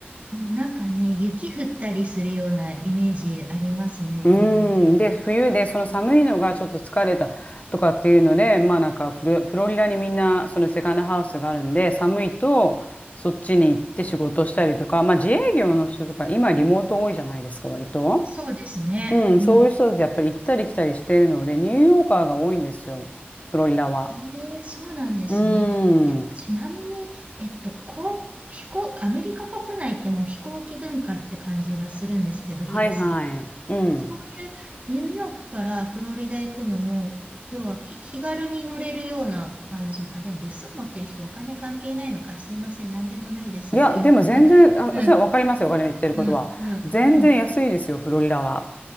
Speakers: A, on the right; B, on the left.
A: なんかね、雪降ったりするようなイメージありますね、
B: うーん。
A: ニューヨーク。
B: で、冬で、その寒いのがちょっと疲れたとかっていうので、まあなんかフロ、フロリダにみんな、そのセカンドハウスがあるんで、寒いと、そっちに行って仕事したりとか、まあ自営業の人とか、今リモート多いじゃないですか、割と。
A: そうですね。
B: うん、
A: うん。
B: そういう人たちやっぱり行ったり来たりしているので、ニューヨーカーが多いんですよ、フロリダは。
A: えー、そうなんですね。
B: うーん。
A: え、ちなみに、えっと、こう、飛行、アメリカ国内ってもう飛行機文化って感じがするんですけど、
B: はいはい。
A: 広すぎて。
B: うん。
A: そういうニューヨークからフロリダ行くのも、要はき気軽に乗れるような感じ。あ、でも別荘持ってる人お金関係ないのか。すいません。なんでもないです。
B: いや、でも全然、
A: <laughs> うん、
B: あ、それはわかりますよ、お金の言ってることは。
A: うん、うん、
B: 全然安いですよ、
A: うん。
B: フロリダは。